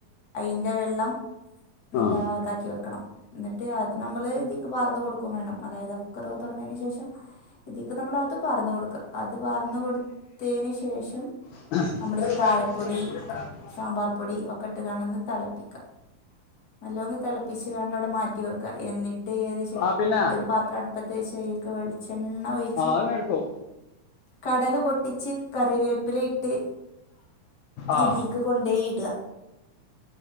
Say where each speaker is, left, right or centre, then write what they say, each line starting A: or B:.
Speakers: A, on the left (about 35°); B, on the left (about 70°).
A: ന്റെ വെള്ളം, എന്താ
B: ആ
A: ഇതാക്കി വെക്കണം എന്നിട്ട് അത് നമ്മള് ഇതീക്ക് പാർന്നുകൊടുക്കും വേണം അതായത് ആ കുക്കറു തുറന്നതിനു ശേഷം ഇതീക്ക് നമ്മൾ അതുപാർന്നു കൊടുക്കുക അത് പാർന്നുകൊടുത്തതിന് ശേഷം
B: <unintelligible>
A: നമ്മൾ ഈ കാരപ്പൊടി സാമ്പാർ പൊടി ഒക്കെയിട്ടുകാണ്ടൊന്ന് തെളപ്പിക്കാ നല്ലോന്ന് തിളപ്പിച്ച് കണ്ട് അവിടെ മാറ്റി വെക്കുക എന്നിട്ട് <unintelligible>
B: ആ പിന്നെ
A: ഒരു പാത്രഅടുപ്പത്ത് വച്ച് അയ്ലേക്ക് വെളിച്ചെണ്ണ ഒഴിച്ച്
B: ആ അത് എടുക്കും
A: കടക് പൊട്ടിച്ച് കറിവേപ്പില ഇട്ട്
B: ആ
A: ഇതി ത്കൊണ്ടേയി ഇട